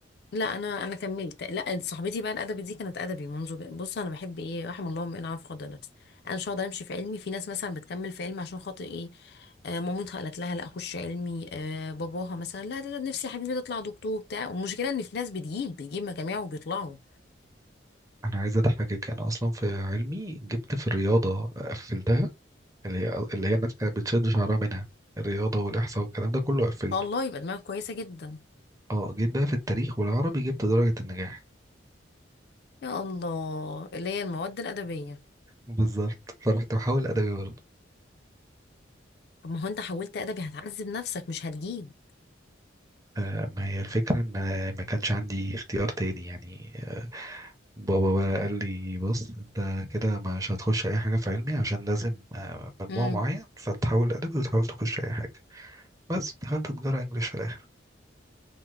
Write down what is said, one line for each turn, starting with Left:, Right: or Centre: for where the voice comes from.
Left: لا أنا أنا كملت لا صاحبتي بقى الأدبي دي كانت أدبي منذ ب- بص أنا بحب إيه رحم الله امرئ عرف قدر نفسه أنا مش هقدر أمشي في علمي في ناس مثلا بتكمل في علمي عشان خاطر إيه آه، مامتها قالت لها لا اخش علمي آه، باباها مثلا لا لا لا، نفسي يا حبيبي تطلع دكتور بتاع والمشكله ان في ناس بتجيب بتجيب مجاميع وبيطلعوا
Right: انا عايز اضحكك انا اصلا في علمي جبت في الرياضه قفلتها اللي هي اللي هي الناس كانت بتشد شعرها منها الرياضة والإحصاء والكلام ده كله قفلته
Left: والله يبقى دماغك كويسة جدا
Right: اه جيت بقى في التاريخ والعربي جبت درجة النجاح
Left: يا الله اللي هي المواد الأدبية
Right: بالظبط فرحت محاول أدبي برضه
Left: طب ما هو انت حولت أدبي هتعذب نفسك مش هتجيب
Right: آه ما هي الفكرة إن أنا ما كانش عندي اختيار تاني يعني آه بابا بقى قال لي بص أنت كده مش هتخش أي حاجة في علمي عشان لازم آه مجموع
Left: امم
Right: معين فتحاول أدبي وتحاول تخش أي حاجة بس دخلت تجارة إنجليش في الآخر